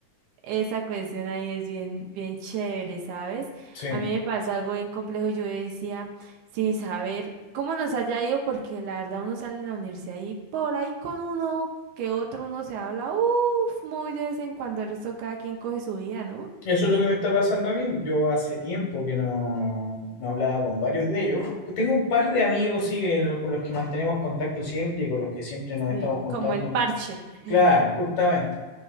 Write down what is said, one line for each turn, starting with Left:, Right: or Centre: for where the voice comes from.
Right: esa cuestión ahí es bien, bien chévere, ¿sabes?
Left: sí.
Right: A mí me pasó algo bien complejo. Yo decía, sin saber cómo nos haya ido, porque la verdad uno sale de la universidad y por ahí con uno que otro uno se habla, uff, muy de vez en cuando. El resto cada quien coge su vida, ¿no?
Left: Eso es lo que me está pasando a mí. Yo hace tiempo que no, no hablaba con varios de ellos. Tengo un par de amigos, sí, que lo- con los que mantenemos contacto siempre y con los que siempre nos
Right: Sí,
Left: estamos juntando.
Right: como el parche. <laughs>
Left: Claro, justamente.